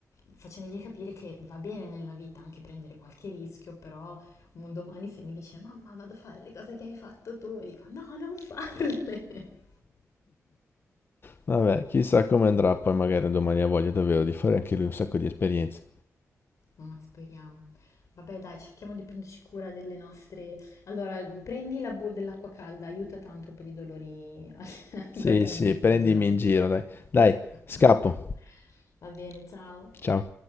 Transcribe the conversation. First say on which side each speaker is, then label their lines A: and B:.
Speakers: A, on the left; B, on the left.
A: facendogli capire che va bene nella vita anche prendere qualche rischio, però un domani se mi dice mamma vado a fare le cose che hai fatto tu, dico no, non farle.
B: Vabbè, chissà come andrà, poi magari domani ha voglia davvero di fare anche lui un sacco di esperienze.
A: Ma speriamo. Vabbè, dai, cerchiamo di prenderci cura delle nostre... Allora, prendi la bowl dell'acqua calda, aiuta tanto per i dolori <laughs>
B: Sì,
A: al cambista,
B: sì, prendimi
A: Giovanni.
B: in giro, dai. Dai,
A: <laughs>
B: scappo.
A: Va bene, ciao.
B: Ciao.